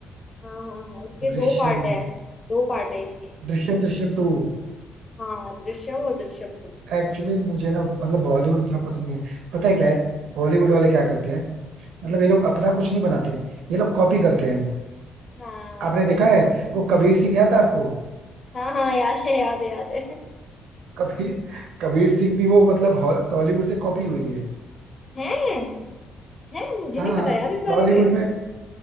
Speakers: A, on the left; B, on the right.
A: हाँ हाँ हाँ इसके
B: दृश्यम
A: दो पार्ट है दो पार्ट है इसके
B: दृश्यम दृश्यम टू
A: हाँ दृश्यम और दृश्यम टू
B: एक्चुअली मुझे ना मतलब बॉलीवुड इतना पसंद नहीं है पता है क्या है बॉलीवुड वाले क्या करते हैं मतलब ये लोग अपना कुछ नहीं बनाते ये लोग कॉपी करते हैं
A: हाँ
B: आपने देखा है वो कबीर सिंह याद है आपको
A: हाँ हाँ याद है याद है याद है
B: कबीर कबीर सिंह भी वो मतलब हॉल- टॉलीवुड से कॉपी हुई है
A: हैं हैं मुझे
B: हाँ
A: नहीं
B: हाँ,
A: पता यार इस बारे
B: टॉलीवुड
A: में
B: में